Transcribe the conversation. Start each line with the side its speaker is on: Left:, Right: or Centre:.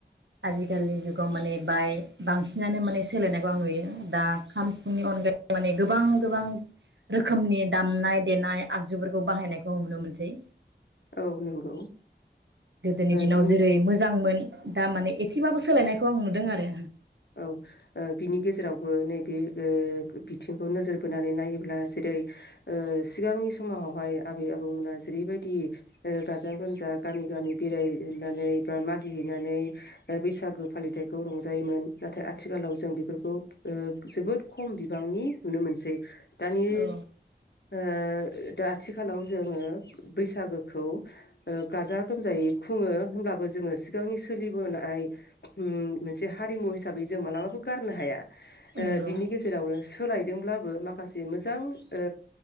Right: आजिखालिनि जुगाव माने बाय बांसिनानो माने सोलायनायखौ आं नुयो दा खाम सिफुंनि अनगायै माने गोबां। गोबां रोखोमनि दामनाय देनाय आगजुफोरखौ बाहायनायखौ नुनो मोनसै।
Left: औ नंगौ ओ
Right: गोदोनि दिनाव
Left: बिनि
Right: जेरै मोजांमोन। दा माने एसेबाबो सोलायनायखौ आं नुदों आरो।
Left: औ ओ बिनि गेजेरावबो नैबे बिथिंखौ नोजोर बोनानै नायोब्ला जेरै ओ सिगांनि समावहाय आबै आबौमोना जेरैबायदि ओ गाजा गोमजा गामि गामि बेरायनानै बा मागिहैनानै बैसागो फालिथायखौ रंजायोमोन। नाथाय आथिखालाव जों बेफोरखौ ओ जोबोद खम बिबांनि नुनो मोनसै। दानि
Right: औ
Left: ओ दा आथिखालाव जोङो बैसागोखौ ओ गाजा गोमजायै खुङो होमब्लाबो जोङो सिगांनि सोलिबोनाय उम मोनसे हारिमु हिसाब बेै जों मालाबाबो गारनो हाया। ओ
Right: नंगौ
Left: बिनि गेजेरावनो सु सोलायदोंब्लाबो माखासे मोजां ओ